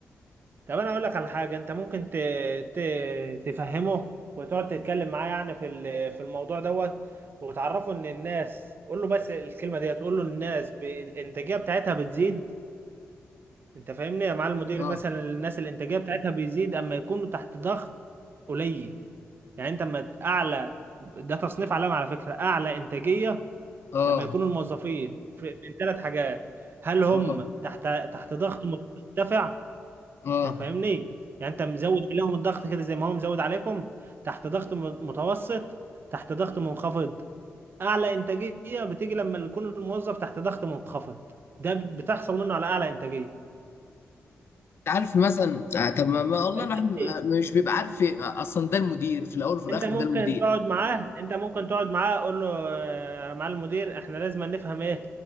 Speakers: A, on the right; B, on the left.
A: طب انا اقول لك على حاجه انت ممكن ت... ت... تفهمه وتقعد تتكلم معاه يعني في ال- في الموضوع دوت وتعرفه ان الناس قول له بس الكلمه ديت قول له الناس ب... الانتاجيه بتاعتها بتزيد انت فاهمني مع المدير
B: اه
A: مثلا الناس الانتاجيه بتاعتها بيزيد اما يكونوا تحت ضغط قليل يعني انت اما ت- اعلى ده تصنيف علامه على فكره اعلى انتاجيه
B: اه
A: لما يكونوا الموظفين في... من ثلاث حاجات هل هم
B: اه
A: تحت تحت ضغط مرتفع
B: اه
A: انت فاهمني يعني انت مزود عليهم الضغط كده زي ما هو مزود عليكم تحت ضغط م- متوسط تحت ضغط منخفض اعلى انتاجيه بتيجي لما يكون الموظف تحت ضغط منخفض ده ب- بتحصل منه على اعلى انتاجيه
B: انت عارف مثلا آه، طب ما ما والله
A: انت
B: الواحد بيبقى-
A: فاهمني؟
B: مش بيبقى عارف آه، اصلا ده المدير في الاول وفي الاخر
A: انت ممكن
B: ده المدير
A: تقعد معاه انت ممكن تقعد معاه قول له آه، مع المدير احنا لازم نفهم ايه